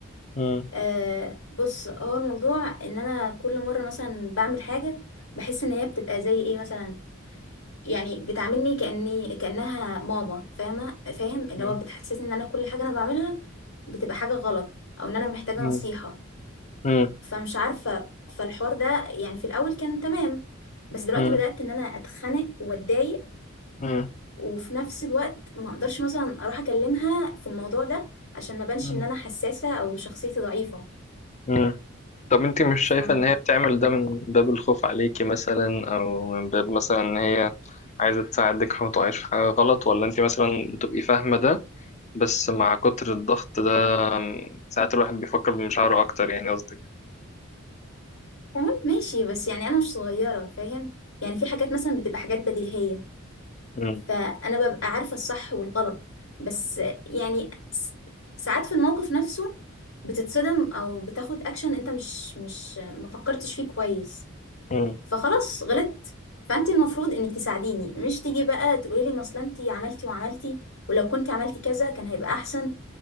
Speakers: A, on the left; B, on the left.
A: مم.
B: أه بص هو الموضوع ان انا كل مره مثلا بعمل حاجه بحس ان هي بتبقى زي ايه مثلا يعني بتعاملني كاني كانها ماما فاهمه فاهم اللي
A: مم.
B: هو بتحسسني ان انا كل حاجه انا بعملها بتبقى حاجه غلط او ان انا محتاجه
A: مم.
B: نصيحه
A: مم.
B: فمش عارفة فالحوار ده يعني في الأول كان تمام بس دلوقتي
A: مم.
B: بدأت إن أنا أتخنق وأتضايق
A: مم.
B: وفي نفس الوقت ما أقدرش مثلا أروح أكلمها في الموضوع ده عشان ما بانش
A: مم.
B: إن أنا حساسة أو شخصيتي ضعيفة
A: مم. طب انتي مش
B: فم-
A: شايفة ان هي بتعمل ده من باب الخوف عليكي مثلا او من باب مثلا ان هي عايزة تساعدك فما تقعيش في حاجة غلط ولا انتي مثلا بتبقي فاهمة ده بس مع كتر الضغط ده ساعات الواحد بيفكر بمشاعره اكتر يعني قصدك
B: تمام ماشي بس يعني أنا مش صغيرة فاهم يعني في حاجات مثلا بتبقى حاجات بديهية
A: مم.
B: فأنا ببقى عارفة الصح والغلط بس يعني س- ساعات في الموقف نفسه بتتصدم أو بتاخد أكشن أنت مش مش ما فكرتش فيه كويس
A: مم.
B: فخلاص غلطت فانت المفروض انك تساعديني مش تيجي بقى تقولي لي ما اصل انت عملتي وعملتي ولو كنت عملتي كذا كان هيبقى احسن